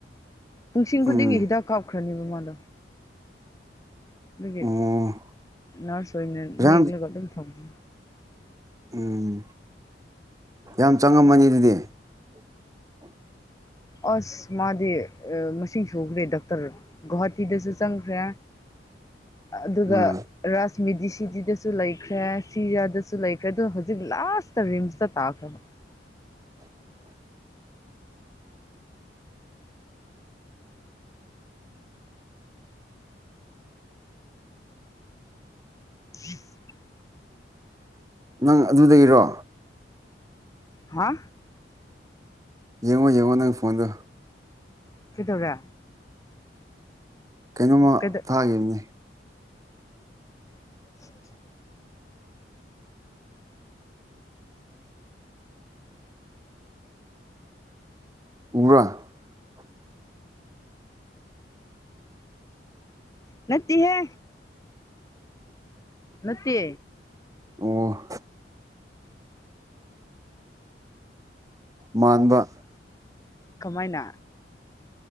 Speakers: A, on the left; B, on the right.
A: ꯄꯨꯡꯁꯤꯡ
B: ꯎꯝ
A: ꯈꯨꯗꯤꯡꯒꯤ ꯍꯤꯗꯥꯛ ꯀꯥꯞꯈ ꯈꯔꯅꯤꯕ ꯃꯥꯗꯣ ꯗꯨꯒꯤ
B: ꯑꯣ
A: ꯅꯔꯁ ꯑꯣꯏꯅ
B: ꯄꯩꯁꯥ
A: ꯅꯦꯛꯂꯒ ꯗꯨꯝ ꯊꯝꯃ
B: ꯎꯝ ꯌꯥꯝ ꯆꯪꯉꯝꯃꯅꯤ ꯑꯗꯨꯗꯤ <inaudible>
A: ꯑꯁ ꯃꯥꯗꯤ ꯑꯥ ꯃꯁꯤꯡ ꯁꯨꯈ꯭ꯔꯦ ꯗꯥꯛꯇꯔ ꯒꯨꯍꯥꯇꯤꯗꯁꯨ ꯆꯪꯈ꯭ꯔꯦ ꯑꯗꯨꯒ
B: ꯑꯥ
A: ꯔꯥꯁ ꯃꯤꯗꯤ ꯁꯤꯗꯤꯗꯁꯨ ꯂꯩꯈ꯭ꯔꯦ ꯁꯤꯖꯥꯗꯁꯨ ꯂꯩꯈ꯭ꯔꯦ ꯑꯗꯨ ꯍꯧꯖꯤꯛ ꯂꯥꯁꯇ ꯔꯤꯝꯁꯇ ꯇꯥꯈ꯭ꯔꯦ
B: <inaudible>
A: <unintelligible>
B: ꯅꯪ ꯑꯗꯨꯗꯒꯤꯔꯣ
A: ꯍꯥ
B: ꯌꯦꯡꯉꯣ ꯌꯦꯡꯉꯣ ꯅꯪ ꯐꯣꯟꯗꯣ
A: ꯀꯩꯗꯧꯔꯦ
B: ꯀꯩꯅꯣꯝꯃ
A: ꯀꯩꯗꯧ
B: ꯊꯥꯒꯤꯝꯅꯤ
A: <inaudible>
B: <inaudible>
A: ꯅꯠꯇꯤꯍꯦ ꯅꯠꯇꯦ
B: ꯑꯣ ꯃꯥꯟꯕꯕꯀ
A: ꯀꯃꯥꯏꯅ